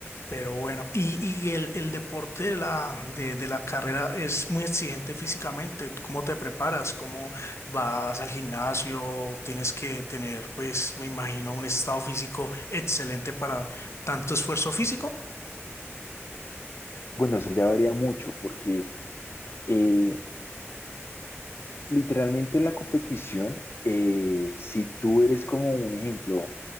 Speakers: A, on the left; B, on the left.
A: Pero bueno, y, y el, el deporte de la, de, de la carrera es muy exigente físicamente. ¿Cómo te preparas? ¿Cómo vas al gimnasio? Tienes que tener, pues, me imagino, un estado físico excelente para tanto esfuerzo físico.
B: Bueno, eso ya varía mucho porque eh, Literalmente la competición, eh, si tú eres como un ejemplo,